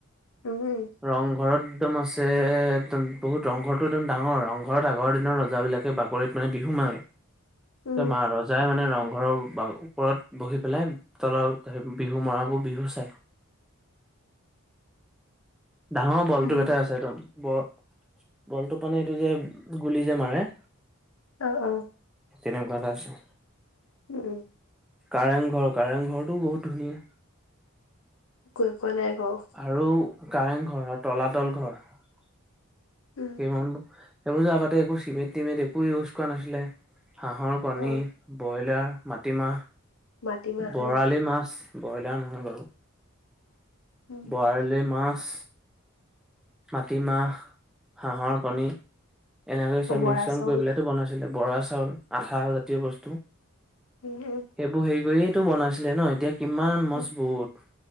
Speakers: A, on the left; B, in the centre.
A: উম
B: ৰংঘৰত দম আছে একদম বহুত ৰংঘৰটো একদম ডাঙৰ ৰংঘৰত আগৰ দিনৰ ৰজা বিলাকে বাক- কৰিত মানে বিহু মাৰে
A: উম
B: যে মা ৰজাই মানে ৰংঘৰৰ ওপৰত বা বহি পেলাই তলত বিহু মৰাবোৰ বিহু চাই। ডাঙৰ বলটোপ
A: উম
B: এটা আছে একদম। ব বলটো মানে এইটো যে গুলি যে মাৰে
A: অ অ
B: তেনেকুৱা এটা আছে
A: উম
B: কাৰেং ঘৰ, কাৰেং ঘৰটোও বহুত ধুনীয়া।
A: গৈ পোৱা নাই বাৰু।
B: আৰু কাৰেং ঘৰ আৰু তলাতল ঘৰ <unintelligible>
A: উম
B: সেইবোৰ যে আগতে একো চিমিট টিমিট একো ইউজ কৰা নাছিলে হাঁহৰ কণী,
A: অ',
B: বইলাৰ, মাটিমাহ,
A: মাটিমাহ
B: বৰালি মাছ, ব্ৰইলাৰ নহয় বাৰু
A: অ',
B: বৰালি মাছ মাটিমাহ হাঁহৰ কণী এনেকৈ চব
A: বৰা
B: মিক্সন
A: চাউল।
B: কৰি পেলাই ত বনাইছিলে বৰা চাউল আঠা জাতীয় বস্তু
A: উম উম
B: এইবোৰ হেৰি কৰিয়েটো বনাইছিলে ন এতিয়া কিমান
A: উম,
B: মজবুত